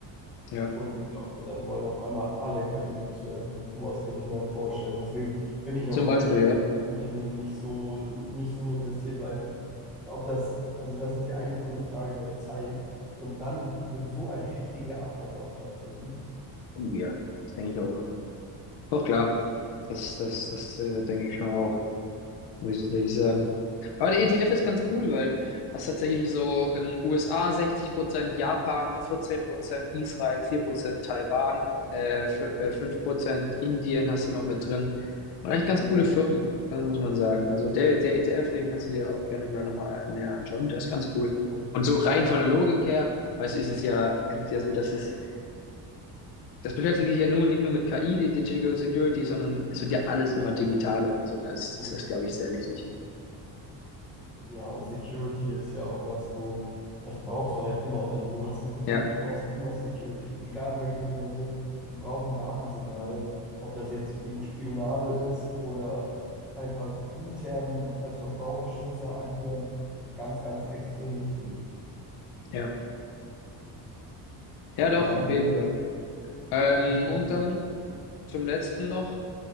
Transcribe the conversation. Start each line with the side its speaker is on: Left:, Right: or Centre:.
Left: ja,
Centre: Und glaub mir, dann wollen auf einmal alle KI loswerden. Sowas könnte ich mir halt vorstellen. Deswegen bin ich
Left: zum
Centre: auch in
Left: Beispiel,
Centre: solche
Left: ja.
Centre: In- Unternehmen nicht so, nicht so investiert, weil ob das, also das ist ja eigentlich nur eine Frage der Zeit. Und dann wird so ein heftiger Abverkauf stattfinden.
Left: Oh ja, das denke ich auch. Doch klar, das, das, das, äh, denke ich schon auch, muss ich, muss
Centre: Ja.
Left: ich sagen. Aber der ETF ist ganz cool, weil das tatsächlich so in U S A 60%, Japan 14%, Israel 4%, Taiwan äh, fü-
Centre: So,
Left: äh, 5%, Indien hast du noch mit drin. Und eigentlich ganz
Centre: nett.
Left: coole Firmen, kann- muss man sagen. Also der, der ETF, den kannst du dir auch gerne mal nochmal näher anschauen. Der ist ganz cool.
Centre: Das mache ich.
Left: Und so rein
Centre: Danke.
Left: von der Logik her, weißt du, ist es ja, ist es ja so, dass es, das beschäftigt sich ja nun nicht nur mit KI, die Digital Security, sondern es wird ja alles immer digitaler und so. Da ist,
Centre: Cool.
Left: ist das, glaube ich, sehr wichtig.
Centre: Ja, und Security ist ja auch was, wo das brauchst du halt immer. Also du hast ein Produkt,
Left: Ja,
Centre: du brauchst immer Security, egal welches Unternehmen, sie brauchen Datensicherheit, ob das jetzt wegen Spionage ist oder einfach intern als Verbraucherschützer agierend, ganz, ganz extrem wichtig.
Left: ja. Ja, doch,
Centre: Ja,
Left: auf
Centre: nee,
Left: jeden Fall. Ähm,
Centre: ich kann.
Left: und dann zum letzten noch,